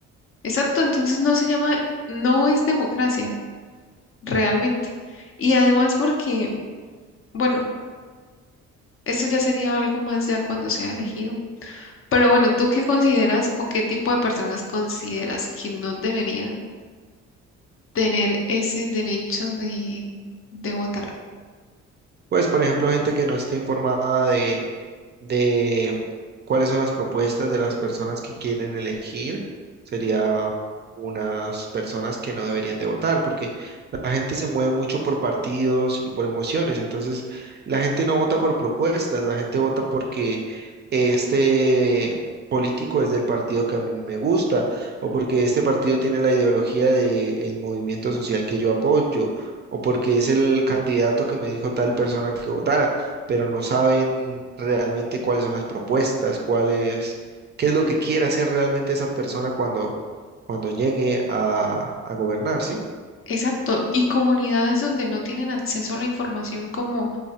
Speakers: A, on the left; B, on the right.
A: Exacto, entonces no se llama, no es democracia, realmente. Y además porque, bueno, eso ya sería algo más ya cuando sea elegido. Pero bueno, ¿tú qué consideras o qué tipo de personas consideras que no deberían tener ese derecho de, de votar?
B: Pues, por ejemplo, gente que no está informada de de cuáles son las propuestas de las personas que quieren elegir. Sería unas personas que no deberían de votar, porque la gente se mueve mucho por partidos y por emociones. Entonces, la gente no vota por propuestas, la gente vota porque este político es del partido que a mí me gusta, o porque este partido tiene la ideología del movimiento social que yo apoyo, o porque es el candidato que me dijo tal persona que votara pero no saben realmente cuáles son las propuestas, cuál es, qué es lo que quiere hacer realmente esa persona cuando, cuando llegue a, a gobernar, ¿sí?
A: Exacto, y comunidades donde no tienen acceso a la información, como